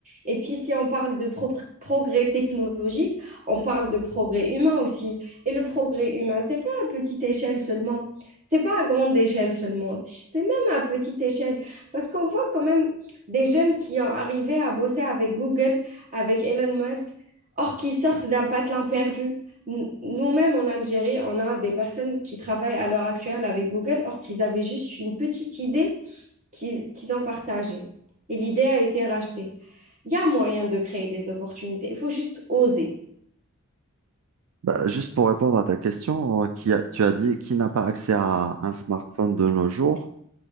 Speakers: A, on the right; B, on the right.
A: Et puis, si on parle de pro- progrès technologique, on parle de progrès humain aussi. Et le progrès humain, c'est pas à petite échelle seulement. C'est pas à grande échelle seulement. Si, C'est même à petite échelle. Parce qu'on voit quand même des jeunes qui ont arrivé à bosser avec Google, avec Elon Musk, or qui sortent d'un patelin perdu. Nous-mêmes en Algérie, on a des personnes qui travaillent à l'heure actuelle avec Google, or qu'ils avaient juste une petite idée qui- qu'ils ont partagée. Et l'idée a été rachetée. Il y a moyen de créer des opportunités, il faut juste oser.
B: Bah, juste pour répondre à ta question, euh, qui a- tu as dit qui n'a pas accès à un smartphone de nos jours,